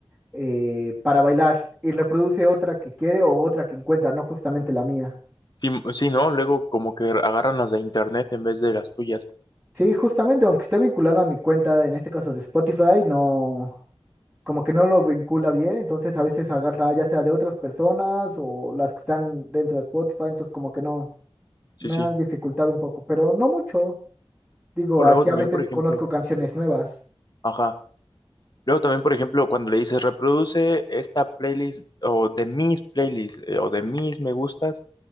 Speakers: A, in the centre; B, on the left.
A: eh, para bailar y reproduce otra que quiere o otra que encuentra, no justamente la mía.
B: Sí, m- sí, ¿no? Luego como que agarran las de internet en vez de las tuyas.
A: Sí, justamente, aunque esté vinculada a mi cuenta, en este caso de Spotify, no, como que no lo vincula bien, entonces a veces agarra ya sea de otras personas o las que están dentro de Spotify, entonces como que no,
B: Sí,
A: me
B: sí.
A: ha dificultado un poco, pero no mucho. Digo,
B: O luego
A: así
B: también,
A: a veces
B: por ejemplo,
A: conozco canciones nuevas.
B: ajá. Luego también, por ejemplo, cuando le dices, reproduce esta playlist o de mis playlists eh, o de mis me gustas,